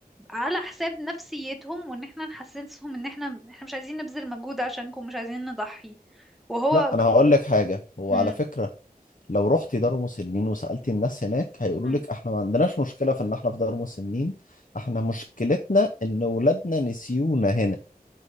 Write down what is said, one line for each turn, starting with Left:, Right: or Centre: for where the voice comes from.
Centre: على حساب نفسيتهم وان احنا نحسسهم ان احنا احنا مش عايزين نبذل مجهود عشانكم مش عايزين نضحي وهو
Left: لا انا هقول لك حاجة هو
Centre: هم.
Left: على فكرة لو رحتي دار مسنين وسألتي الناس هناك هيقولوا
Centre: هم.
Left: لك احنا ما عندناش مشكلة في ان احنا في دار مسنين احنا مشكلتنا ان ولادنا نسيونا هنا